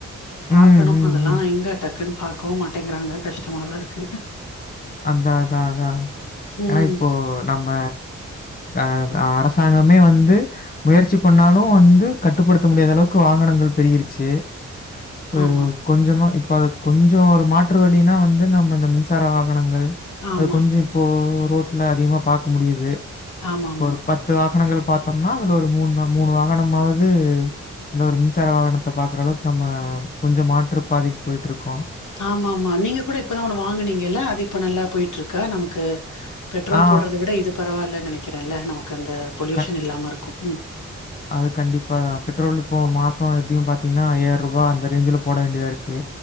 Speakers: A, on the left; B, on the left.
A: பாக்கணு
B: ம், ம்,
A: அதெல்லா
B: ம்.
A: எங்க டக் குன்னு பாக்கவு மாட்டேங்கறாங்க கஷ்டமாதா இருக்கு
B: அந்த அதா அதா
A: ம்.
B: ஏன்னா இப்போ நம்ம அ அரசாங்கமே வந்து முயற்சி பண்ணாலு வந்து கட்டுப்படுத்த முடியாதளவுக்கு வாக னங்கள் பெருகிருச்சு ம்
A: ஆமா,
B: கொஞ்சமா இப்ப அதுக்கு கொஞ்சொ ஒரு மாற்று வழினா வந்து நம்ம இந்த மின்சார வா கனங்கள்
A: ஆமா,
B: அது கொஞ்சொ இப்போ ரோட்ல அதிகமா பாக்க முடியுது
A: ஆமாமா,
B: ஒரு பத்து வாகனங்கள் பாத்தம்னா அதுல ஒரு மூணு நம் மூணு வாகனமாவது அந்த ஒரு மின்சார வாகனத்த பாக்கற அளவுக்கு நம்ம கொஞ்சொ மாற்று பாதைக்கு போய்ட்டு இருக்கோ
A: ஆமா ஆமா நீங்க கூட இப்பதா ஒன்னு வாங்குனீங்கல்ல அது இப்ப நல்லா போய்ட்டு இருக்கா நமக்கு பெட்ரோல்
B: ஆ
A: போடறத விட இது பரவாலனு நெனைக்கிறே இல்ல நமக்கு அந்த பொல்யூஷன்
B: க
A: இல்லாம இருக்கு ம்
B: அது கண்டிப்பா பெட்ரோல் இப்போ மாசோ எப்டியு பாத்தீங்கனா ஐயா யிருபா அந்த ரேஞ்சுல போட வேண்டியதா இருக்கு